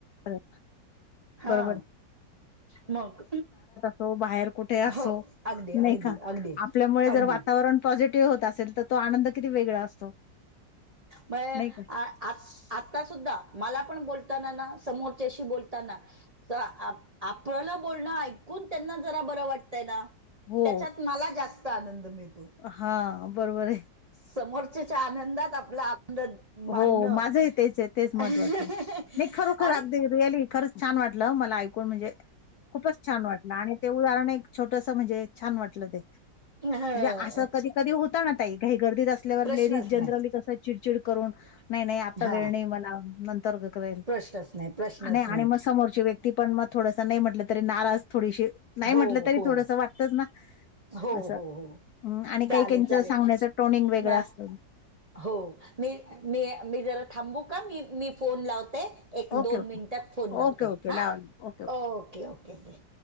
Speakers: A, on the left; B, on the right.
A: बरो-
B: हा
A: बरोबर आहे.
B: मग.
A: तो बाहेर कुठे असो
B: हो अगदी अगदी
A: नाही का?
B: अगदी
A: आपल्यामुळे जर
B: अगदी
A: वातावरण पॉझिटिव्ह होत असेल तर तो आनंद किती वेगळा असतो.
B: बर
A: नाही का?
B: आ. आ आता सुुद्धा मला पण बोलताना ना समोरच्याशी बोलताना तर आपल्याला बोलणं ऐकून त्यांना जरा बरं वाटतंय ना
A: हो.
B: त्याच्यात मला जास्त आनंद मिळतो.
A: हा बरोबर ये.
B: समोरच्याच्या आनंदात आपला आनंद मानणं
A: हो माझही तेच ये तेच महत्वाचं
B: आणि
A: मी खरोखर अगदी रिअली खरंच छान वाटलं मला ऐकून म्हणजे खूपच छान वाटलं आणि ते उदाहरण एक छोटस म्हणजे छान वाटलं ते
B: ह
A: म्हणजे असं कधी कधी होत ना ताई घाई गर्दीत असल्यावर
B: प्रश्नच
A: लेडीज जनरली
B: नाही
A: कस चिडचिड करून नाही नाही आत्ता
B: हा
A: वेळ नाही मला नंतर करेल.
B: प्रश्नच नाही प्रश्नच
A: आणि
B: नाही
A: आणि मग समोरची व्यक्ती पण मग थोडस नाही म्हटलं तरी नाराज थोडीशी नाही
B: हो
A: म्हटलं तरी
B: हो
A: थोडस वाटतच ना
B: हो
A: असं
B: हो हो
A: आणि
B: चालेल
A: काही काहींचं
B: चालेल
A: सांगण्याच टोनिंग वेगळं
B: ना
A: असत.
B: हो मी मी मी जरा थांबू का मी मी फोन लावते. एक
A: ओके,
B: दोन
A: ओके,
B: मिनिटात फोन
A: ओके,
B: लावते
A: ओके.
B: हा
A: लावा, लावा.
B: Okay okay okay